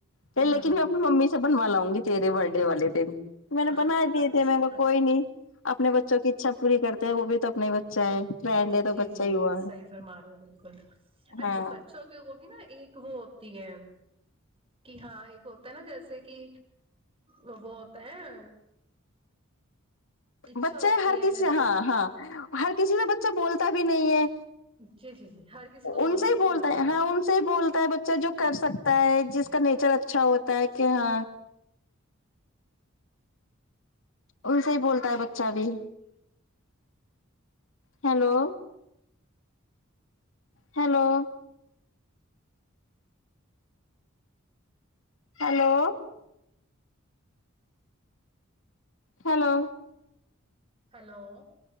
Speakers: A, on the left; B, on the right.
A: ت
B: ہوں
A: لیکن
B: ہوں
A: میں اپنی ممی سے بنوا لاؤںی تیرے برڈے والے دن تو میں نے
B: اچھا
A: بنا دیے تھے میں کوئی نہیں اپنے بچوں کی اچھا پوری کرتے ہیں وہ بھی تو اپنا بچہ ہے فرینڈ ہے تو
B: جی
A: بچہ
B: جی
A: ہی ہوا
B: صحیح
A: ہے
B: فرما رہے ہو بالکل اچھا
A: ہاں
B: بچوں کے وہ بھی نا ایک وہ تی ہے کہ ہاں ایک ہوتا ہے نا جیسے کہ وہ ہوتا ہے اچھا
A: بچے
B: ہوتی
A: ہر
B: ہے
A: کسی
B: جیسے
A: ہاں ہاں ہر کسی سے بچہ بولتا بھی بھی نہیں ہے
B: جی جی جی ہر کسی کو
A: ان
B: بولا
A: سے
B: بھی
A: ہی
B: نہیں
A: بولتا
B: جاتا
A: ہے ہاں ان سے ہی بولتا ہے بچہ جو کر سکتا ہے جس کا نیچر اچھا ہوتا ہے کہ ہاں ان سے ہی بولتا ہے بچہ بھی hello hello hello hello
B: hello